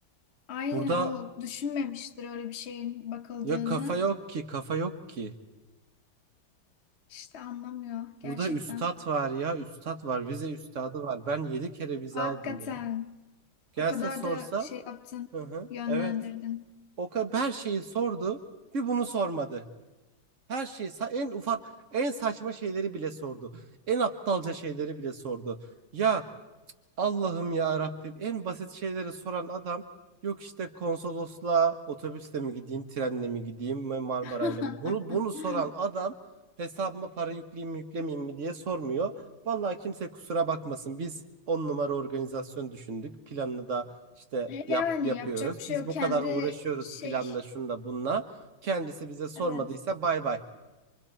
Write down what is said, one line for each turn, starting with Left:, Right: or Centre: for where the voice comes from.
Left: Aynen
Right: Burada
Left: o düşünmemiştir öyle bir şeyin bakıldığını.
Right: ya kafa yok ki kafa yok ki.
Left: İşte anlamıyor gerçekten.
Right: Burada üstad var ya, üstad var, vize üstadı var. Ben 7 kere vize
Left: Hakikaten.
Right: aldım ya. Gelse
Left: O kadar
Right: sorsa,
Left: da şey yaptın,
Right: hı hı,
Left: yönlendirdin.
Right: evet. O kadar her şeyi sordu, bir bunu sormadı. Her şeyi, sa- en ufak, en saçma şeyleri bile sordu. En aptalca şeyleri bile sordu. Ya Allah'ım ya Rabbim en basit şeyleri soran adam yok işte konsolosluğa otobüsle mi gideyim trenle mi gideyim mi Marmaray'la
Left: <laughs>
Right: mı bunu bunu soran adam hesabıma para yükleyeyim mi yüklemeyeyim mi diye sormuyor. Vallahi kimse kusura bakmasın biz on numara organizasyon düşündük planını da işte
Left: E
Right: yap,
Left: Yani
Right: yapıyoruz
Left: yapacak bir şey
Right: biz
Left: yok.
Right: bu
Left: Kendi
Right: kadar uğraşıyoruz
Left: şey,
Right: planla şunda bununla kendisi bize sormadıysa
Left: evet.
Right: bay bay